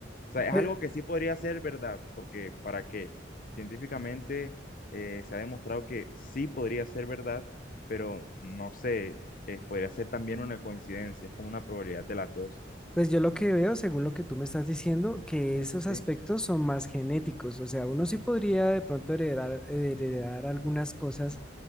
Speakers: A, on the left (about 50°); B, in the centre.
A: O sea, es
B: Pero,
A: algo que sí podría ser verdad, porque para qué, científicamente eh, se ha demostrado que sí podría ser verdad, pero no sé, eh, podría ser también una coincidencia, es como una probabilidad de las dos.
B: pues yo lo que veo, según lo que tú me estás diciendo, que esos aspectos
A: Sí,
B: son más genéticos. O sea, uno sí podría de pronto heredar, heredar algunas cosas